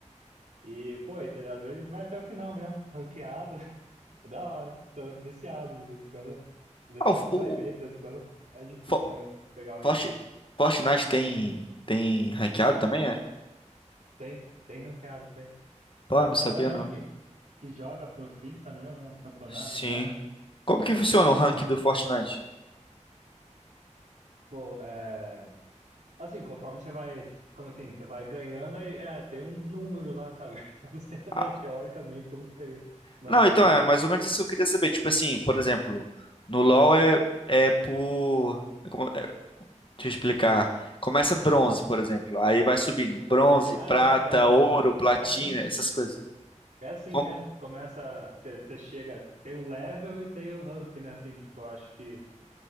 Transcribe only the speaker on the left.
Ah,
o,
o,
o
Fo-
Forti-
Fortnite tem, tem ranqueado também, é?
Pô,
não sabia
não.
Sim.
Como que funciona o rank
do Fortnite?
Ah,
não, então é mais ou menos isso que eu queria saber. Tipo assim, por exemplo, no LoL é, é por. é Como, é, deixa eu explicar. Começa bronze,
por exemplo. Aí vai subindo. Bronze,
prata,
ouro,
platina,
essas coisas.
Com-